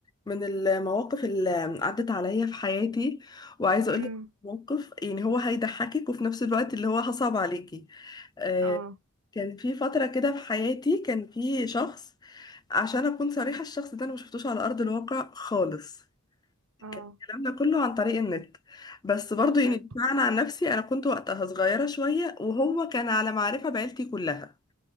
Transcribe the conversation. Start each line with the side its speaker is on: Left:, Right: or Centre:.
Left: من المواقف اللي عدت عليا في حياتي وعايزه
Right: امم
Left: اقول لك موقف يعني هو هيضحكك وفي نفس الوقت اللي هو هصعب عليكي آه،
Right: اه
Left: كان في فتره كده في حياتي كان في شخص عشان اكون صريحه الشخص ده انا ما شفتوش على ارض الواقع خالص
Right: اه
Left: الكلام ده كله عن طريق النت بس برضو
Right: حلو
Left: يعني بمعنى عن نفسي انا كنت وقتها صغيره شويه وهو كان على معرفه بعيلتي كلها